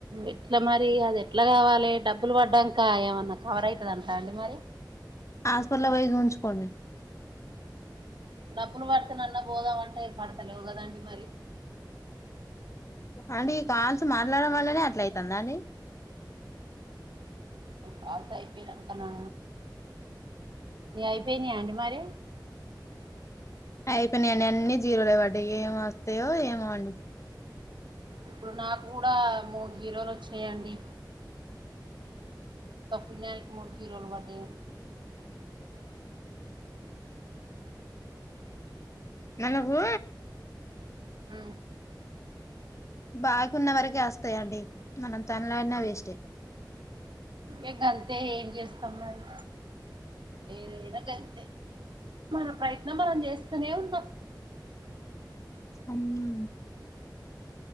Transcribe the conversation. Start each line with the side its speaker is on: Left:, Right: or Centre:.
Right: ఎట్లా మరి అది ఎట్లా కావాలె డబ్బులు పడ్డాక ఏమన్నా కవర్ అయితదంటండి మరి
Left: హాస్పిటల్ పోయి సుంచుకోండి
Right: డబ్బులు పడుతన్నాన్నా పోదామంటే పడతలేవు కదండి మరి
Left: అంటే ఇ కాల్స్ మాట్లాడడం వల్లనే అట్ల అయితందా అండి
Right: కాల్స్ అయిపోయినంకనా ఇగ అయిపోయినా అండి మరి
Left: అయిపోయినా అండి అన్ని జీరోలే వడ్డయి ఏం వస్తాయో ఏమో అండి
Right: ఇప్పుడు నాకు కూడా మూడు జీరోలు వచ్చినయండి ఉత్తపుణ్యానికి మూడు జిరోలు పడై అండీ
Left: నెలకూ
Right: అ
Left: బాకున్న వరకే వస్తాయిండి మనం తండ్లడిన వేస్ట్టె
Right: ఇగ గంతే ఏం చేస్తాం మరి ఏదైనా గంతే మన ప్రయత్నం మనం చేస్తనే ఉన్నాం
Left: అవ్నా